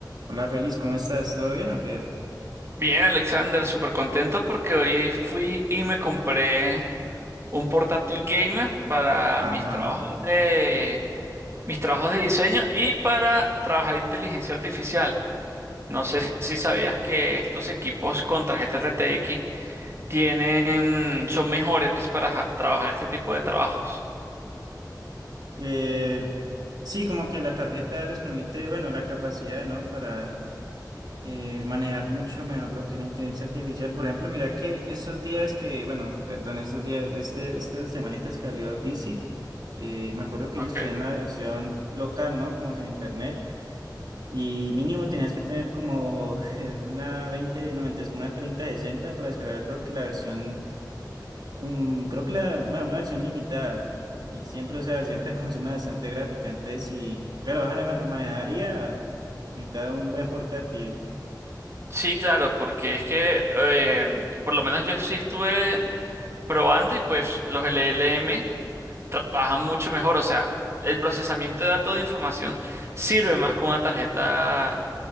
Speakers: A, on the right (about 70°); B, on the right (about 35°).
A: Hola, Feliz, ¿cómo estás? ¿Todo bien o qué?
B: Bien, Alexander, súper contento porque hoy fui y me compré un portátil gamer para
A: Ajá.
B: mis trabajos de mis trabajos de diseño y para trabajar inteligencia artificial. No sé si sabías que estos equipos con tarjeta RTX tienen, mm, son mejores para ja- trabajar este tipo de trabajos.
A: Eh, sí, como que la tarjeta les permite, bueno, la capacidad, ¿no? Para eh, manejar mucho mejor lo que es la inteligencia artificial. Por ejemplo, mira que estos días que, bueno, perdón, estos días, este, estas semanitas que salió DeepSeek, eh, me acuerdo que ellos
B: Okay.
A: tenían la versión local, ¿no? Como sin internet. Y mínimo tenías que tener como <laughs> eh, una 20, no mentiras, como una 30, 60 para descargar, creo que la versión Mm, creo que la, bueno, una versión limitada. Y siempre, o sea, siempre <laughs> consume bastante gráfica. Entonces, si, claro, vas a ma- manejaría, necesitas un buen portátil.
B: Sí, claro, porque es que eh, por lo menos yo sí estuve probando y pues los LLM. trabajan mucho mejor. O sea, el procesamiento de datos de información sirve más con una tarjeta